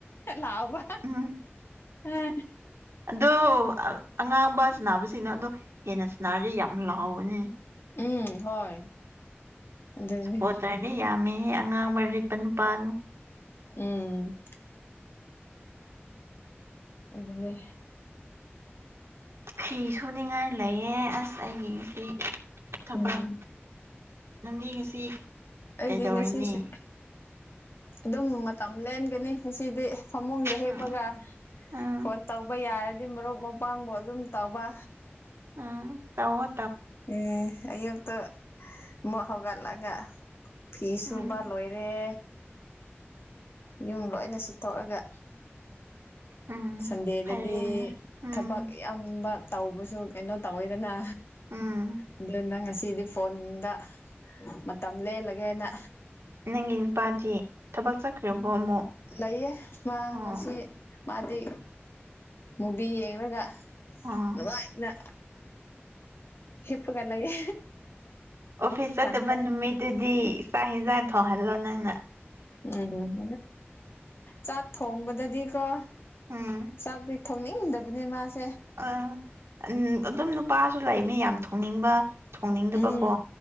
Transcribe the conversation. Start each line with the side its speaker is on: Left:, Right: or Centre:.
Left: ꯂꯥꯎꯕ
Right: ꯎꯝ
Left: ꯎꯝ
Right: ꯑꯗꯣ ꯑꯉꯥꯡꯕ ꯁꯅꯕꯁꯤꯡꯅꯣ ꯑꯗꯣ ꯍꯦꯟꯅ ꯁꯅꯔꯁꯦ ꯌꯥꯝ ꯂꯥꯎꯕꯅꯦ
Left: ꯎꯝ ꯍꯣꯏ ꯑꯗꯨꯅꯤ
Right: ꯁꯄꯣꯠꯇꯔꯗꯤ ꯌꯥꯝꯃꯦꯍꯦ ꯑꯉꯥꯡꯕ ꯔꯤꯠꯄ ꯅꯨꯄꯥꯅꯨ
Left: ꯎꯝ ꯑꯗꯨꯅꯤ
Right: ꯐꯤ ꯁꯨꯅꯤꯡꯉꯥꯏ ꯂꯩꯌꯦ ꯑꯁ ꯑꯩꯒꯤ ꯉꯁꯤ ꯊꯕꯛ
Left: ꯎꯝ
Right: ꯅꯪꯗꯤ ꯉꯁꯤ
Left: ꯑꯩꯗꯤ
Right: ꯀꯩꯗꯧꯔꯅꯤ
Left: ꯉꯁꯤꯁꯨ ꯑꯗꯨꯝ ꯃꯇꯝ ꯂꯦꯟꯒꯅꯤ ꯉꯁꯤ ꯏꯗꯤ ꯐꯃꯨꯡꯗ ꯍꯦꯞꯄꯒ
Right: ꯎꯝ ꯎꯝ
Left: ꯐꯣꯟ ꯇꯧꯕ ꯌꯥꯔ ꯗꯤ ꯃꯔꯨꯞ ꯃꯄꯥꯡꯕꯨ ꯑꯗꯨꯝ ꯇꯧꯕ
Right: ꯎꯝ ꯇꯧꯑꯣ
Left: ꯎꯝ ꯑꯌꯨꯛꯛꯇ ꯃꯨꯛ ꯍꯧꯒꯜꯠꯂꯒ ꯐꯤꯁꯨꯕ
Right: ꯎꯝ
Left: ꯂꯣꯏꯔꯦ ꯌꯨꯝ ꯂꯣꯏꯅ ꯁꯤꯠꯇꯣꯛꯑꯒ
Right: ꯎꯝ
Left: ꯁꯟꯗꯦꯗꯗꯤ
Right: ꯐꯔꯦꯅꯦ ꯎꯝ
Left: ꯊꯕꯛ ꯌꯥꯝꯕ ꯇꯧꯕꯁꯨ ꯀꯩꯅꯣ ꯇꯧꯋꯤꯗꯅ
Right: ꯎꯝ
Left: ꯑꯗꯨꯅ ꯉꯁꯤꯗꯤ ꯐꯣꯟꯗ ꯃꯇꯝ ꯂꯦꯜꯂꯒꯦꯅ
Right: ꯅꯪꯒꯤ ꯅꯨꯄꯥꯗꯤ ꯊꯕꯛ ꯆꯠꯈ꯭ꯔꯕꯣ ꯑꯃꯨꯛ
Left: ꯂꯩꯌꯦ ꯃꯥ
Right: ꯑꯣ
Left: ꯉꯁꯤ ꯃꯥꯗꯤ ꯃꯨꯚꯤ ꯌꯦꯡꯔꯒ
Right: ꯑꯣ
Left: ꯅꯨꯡꯉꯥꯏꯅ ꯍꯤꯞꯄꯒ ꯂꯩꯌꯦ
Right: ꯑꯣꯐꯤꯁ ꯆꯠꯇꯕ
Left: ꯏꯊꯟꯇ
Right: ꯅꯨꯃꯤꯠꯇꯨꯗꯤ ꯆ ꯍꯦꯖꯥꯡ ꯊꯣꯡꯍꯜꯂꯣ ꯅꯪꯅ
Left: ꯎꯝ ꯆꯥꯛ ꯊꯣꯡꯕꯗꯗꯤꯀꯣ
Right: ꯎꯝ
Left: ꯆꯥꯛ ꯄꯤ ꯊꯣꯡꯅꯤꯡ ꯗꯕꯅꯦ ꯃꯥꯁꯦ
Right: ꯑ ꯎ ꯑꯗꯨꯝ ꯅꯨꯄꯥꯁꯨ ꯂꯩꯅꯤ ꯌꯥꯝ ꯊꯣꯡꯅꯤꯡꯕ ꯊꯣꯡꯅꯤꯡꯗꯕꯀꯣ
Left: ꯎꯝ